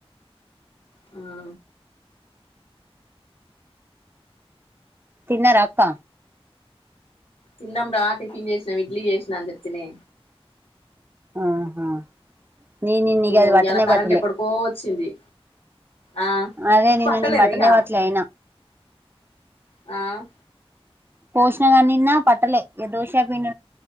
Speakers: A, on the left; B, on the right.
A: ఆ
B: తిన్నారక్క
A: తిన్నాం రా టిఫిన్ జెష్నామ్ ఇడ్లీ జెష్నా అంజెప్తిని
B: ఆహా నే నిన్ను ఇగా
A: ఓ
B: అది వట్టనే
A: ఇయాల కరెంట్
B: వట్టలే
A: ఎప్పటికో వచ్చింది ఆ
B: అదే నిన్న
A: పట్టలేదా
B: నెను బట్టనే
A: ఇగ
B: వట్లే అయిన
A: ఆ
B: పోష్న గాని నిన్న పట్టలే ఇగ దోష పిం